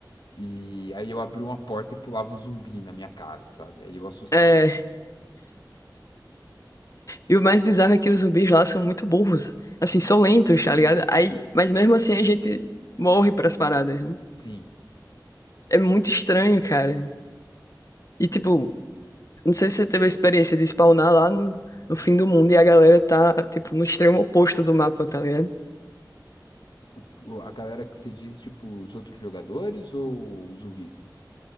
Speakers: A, on the left; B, on the left.
A: e aí eu abri uma porta e pulava um zumbi na minha cara, sabe? Aí eu assustava.
B: É, e o mais bizarro é que os zumbis lá são muito burros. Assim, são lentos, tá ligado? Aí, mas mesmo assim a gente morre pras paradas, né?
A: Sim.
B: É muito estranho, cara. E tipo, Não sei se você teve a experiência de spawnar lá no, no fim do mundo e a galera tá, tipo, no extremo oposto do mapa, tá ligado?
A: O- o- a galera que você diz, tipo, os outros jogadores ou os zumbis?